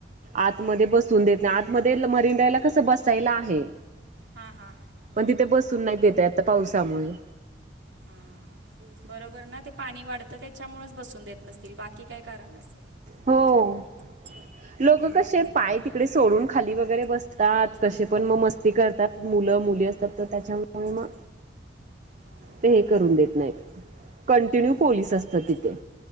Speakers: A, on the right; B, on the right.
A: आंतमध्यें बसूंन देतं नाहीं आंतमध्यें मरिंडायंला कसं बसायंला आहे
B: हां हां
A: मणं तिथे बसूंन नाहीं येते आंता पावसांमुळे
B: हां बरोबर नां ते पाणी वाढतं त्यांच्यामुळेचं बसूंन देतं नसतील बाकी कायं कारणं नसते
A: हो लोक कसे पाय तिकडे सोडून खाली वगैरे बसतात कसे पण मग मस ते करतात मुलं, मुली असतात तर त्याच्यामुळे मग
B: हां
A: ते हे करून देत नाहीत कंटिन्यू पोलीस असतात तिथे